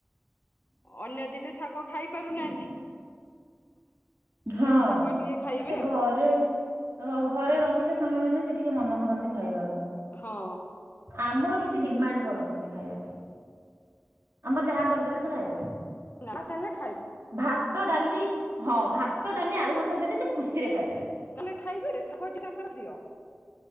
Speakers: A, on the left; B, on the right.
A: ଅନ୍ୟ ଦିନେ ଶାଗ ଖାଇ ପାରୁନାହାନ୍ତି
B: ଉଁ ହଁ
A: ଏ ଶାଗ ଟିକେ ଖାଇବେ
B: ଆ ସେ
A: ଆଉ
B: ଘରେ ଆ ଘରେ ରହିଲେ ସ୍ୱାମୀ ମାନ ସେ ଟିକେ ମନ କରନ୍ତି ଖାଇବାକୁ
A: ହଁ।
B: ଆମର
A: ଉଁ
B: କିଛି ଡିମାଣ୍ଡ କରନ୍ତିନି ଖାଇବା ପାଇଁ ଆମର ଯାହା କରିଦେଲେ ସେ ଖାଇଦେବେ
A: ନା ତାହେଲେ ଖାଇ
B: ଭାତ ଡାଲି ହଁ ଭାତ ଡାଲି ଆଳୁ ଭର୍ତା ଦେଲେ ସେ ଖୁସିରେ ଖାଇଦେବେ
A: କଲେ ଖାଇବେ ଶାଗଟି ତାଙ୍କର ପ୍ରିଅ